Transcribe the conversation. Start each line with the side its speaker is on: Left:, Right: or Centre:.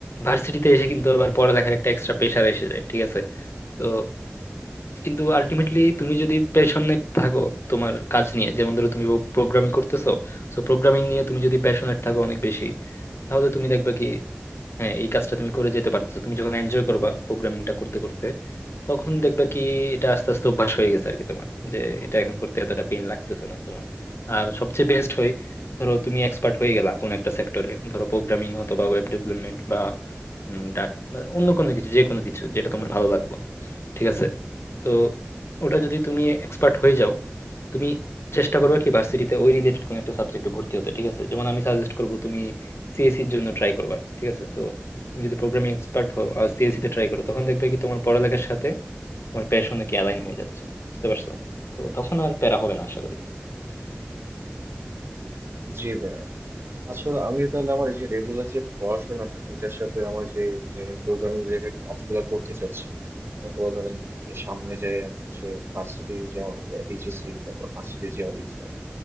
Left: ভার্সিটিতে এসে কিন্তু আবার পড়ালেখার একটা এক্সট্রা প্রেশার এসে যায় ঠিক আছে তো কিন্তু আলটিমেটলি তুমি যদি প্যাশনেট থাকো তোমার কাজ নিয়ে যেমন ধরো তুমি প্রোগ্রামিং করতেছো সো প্রোগ্রামিং নিয়ে তুমি যদি প্যাশনেট থাকো অনেক বেশি তাহলে তুমি দেখবে কি হ্যাঁ এই কাজটা তুমি করে যেতে পারতেছো তুমি যখন এনজয় করবা প্রোগ্রামিংটা করতে করতে তখন দেখবা কি এটা আস্তে আস্তে অভ্যাস হয়ে গেছে আর কি তোমার যে এটা এখন করতে এতটা পেন লাগতেছে না তোমার আর সবচেয়ে বেস্ট হয় ধরো তুমি এক্সপার্ট হয়ে গেলা কোন একটা সেক্টরে ধরো প্রোগ্রামিং অথবা ওয়েব ডেভেলপমেন্ট বা ডাট অন্য কোনো কিছু যে কোনো কিছু যেটা তোমার ভালো লাগলো ঠিক আছে তো ওটা যদি তুমি এক্সপার্ট হয়ে যাও তুমি চেষ্টা করবে কি ভার্সিটিতে ওই রিলেটেড কোনো একটা সাবজেক্টে ভর্তি হতে ঠিক আছে যেমন আমি সাজেস্ট করবো তুমি সিএসসির জন্য ট্রাই করবা ঠিক আছে তো তুমি যদি প্রোগ্রামিং এক্সপার্ট হও আর সিএসসি তে ট্রাই করো তখন দেখবে কি তোমার পড়ালেখার সাথে তোমার প্যাশনে কি অ্যালাইন হয়ে যাচ্ছে বুঝতে পারছো তো তখন আর প্যারা হবে না আশা করি
Right: জি ভাইয়া আসলে আমি তাহলে আমার এই যে রেগুলার যে পড়াশোনাটা এটার সাথে আমার যে প্রোগ্রামিং রিলেটেড কাজগুলো করতে চাচ্ছি অথবা ধরেন এই সামনে যে আমি হচ্ছে ভার্সিটি যে আমার এইচএসসি এক্সাম বা ভার্সিটি যে আমার exam,